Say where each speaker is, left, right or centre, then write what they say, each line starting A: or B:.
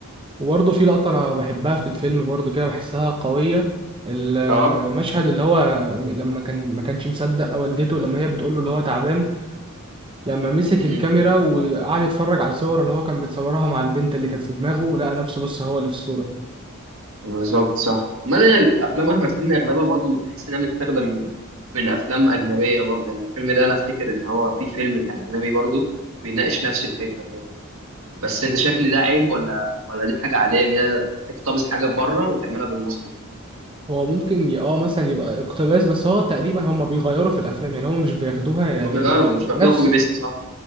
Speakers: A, on the right; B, on the right.
A: وبرضه في لقطة أنا بحبها في الفيلم برضه كده بحسها قوية المشهد
B: اه
A: اللي هو لما كان ما كانش مصدق والدته لما هي بتقول له اللي هو تعبان لما مسك
B: مم.
A: الكاميرا وقعد يتفرج على الصور اللي هو كان متصورها مع البنت اللي كانت في دماغه ولقى نفسه بس هو اللي في الصورة
B: بالظبط صح أما ده الأفلام أحمد حلمي أغلبها برضه بتحس إنها متاخدة من من أفلام أجنبية برضه يعني الفيلم ده أنا أفتكر إن هو في فيلم كان أجنبي برضه بيناقش نفس الفكرة كده بس أنت شايف إن ده عيب ولا ولا دي حاجة عادية إن هي تقتبس حاجة بره وتعملها بالمصري
A: هو ممكن ي- اه مثلا يبقى اقتباس بس هو تقريبا هما بيغيروا في الأفلام يعني هما مش بياخدوها يعني
B: هما بيغيروا مش
A: نفس
B: بياخدوها كوبي بيست صح؟